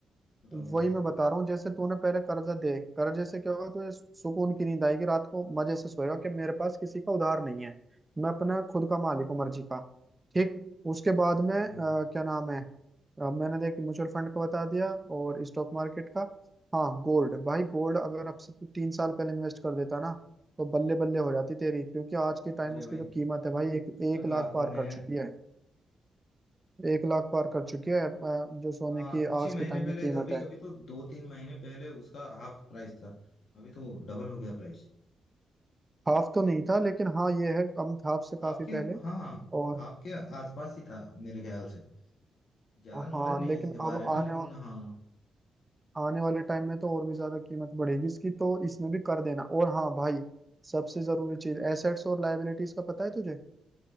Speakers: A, on the left (about 65°); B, on the right (about 15°).
A: बताओ बताओ
B: वही मैं बता रहा हूँ जैसे तूने पहले कर्जा दे कर्जे से क्या होगा तुझे सुकून की नींद आएगी रात को मजे से सोएगा कि मेरे पास किसी का उधार नहीं है मैं अपना खुद का मालिक हूँ मर्जी का ठीक उसके बाद में
A: हाँ
B: अ,
A: हाँ
B: क्या नाम है अ, मैंने देख म्यूचुअल फंड का बता दिया और स्टॉक मार्केट का हाँ गोल्ड भाई गोल्ड अगर अब से तू तीन साल पहले इन्वेस्ट कर देता ना तो बल्ले बल्ले हो जाती तेरी क्योंकि आज के टाइम
A: अरे
B: उसकी
A: भाई
B: जो कीमत है भाई एक
A: अरे
B: एक लाख
A: लाखों
B: पार
A: में
B: कर
A: है
B: चुकी है एक लाख पार कर चुकी है अ, जो सोने
A: हाँ
B: की
A: कुछ
B: आज
A: ही महीने
B: के टाइम
A: पहले
B: में कीमत
A: अभी
B: है
A: अभी तो दो तीन महीने पहले उसका हाफ प्राइस था अभी तो डबल हो गया प्राइस
B: हाफ तो नहीं था लेकिन हाँ ये है कम था हाफ से काफी
A: हाफ के
B: पहले
A: हाँ
B: और
A: हाफ के आसपास ही था मेरे ख्याल से ज्यादा
B: हाँ
A: नॉलेज नहीं
B: लेकिन
A: है इसके
B: अब
A: बारे में
B: आने
A: लेकिन
B: वा,
A: हाँ
B: आने वाले टाइम में तो और भी ज्यादा कीमत बढ़ेगी इसकी तो इसमें भी कर देना और हाँ भाई सबसे जरूरी चीज एसेट्स और लाइबिलिटीज का पता है तुझे